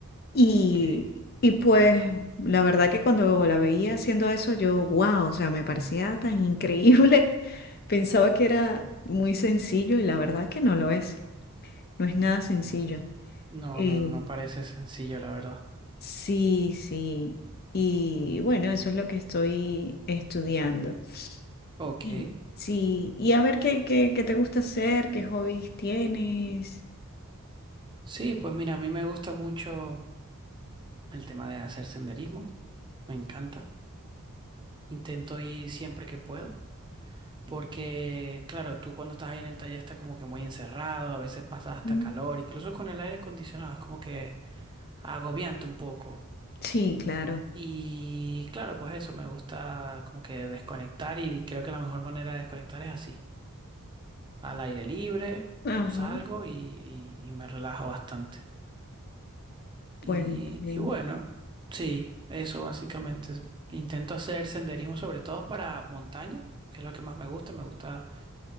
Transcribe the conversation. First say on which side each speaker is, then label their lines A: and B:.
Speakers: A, on the left; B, on the right.
A: Y,
B: Ok.
A: y pues la verdad que cuando la veía haciendo eso, yo, wow, o sea, me parecía tan increíble. <laughs> Pensaba que era muy sencillo y la verdad que no lo es. No es nada sencillo.
B: No,
A: Eh,
B: no, no no parece sencillo, la verdad.
A: sí, sí. Y bueno, eso es lo que estoy estudiando.
B: Ok.
A: Y sí, y a ver qué, qué, qué te gusta hacer, qué hobbies tienes.
B: Sí, pues mira, a mí me gusta mucho el tema de hacer senderismo, me encanta. Intento ir siempre que puedo, porque claro, tú cuando estás ahí en el taller estás como que muy encerrado, a veces pasas hasta
A: Mm.
B: calor, incluso con el aire acondicionado es como que agobiante un poco.
A: Sí, claro.
B: Y claro, pues eso, me gusta como que desconectar y creo que la mejor manera de desconectar es así, al aire libre,
A: Ajá.
B: salgo y, y y me relajo bastante.
A: Pues,
B: Y,
A: pues,
B: y bueno, sí, eso básicamente. Intento hacer senderismo sobre todo para montañas, que es lo que más me gusta. Me gusta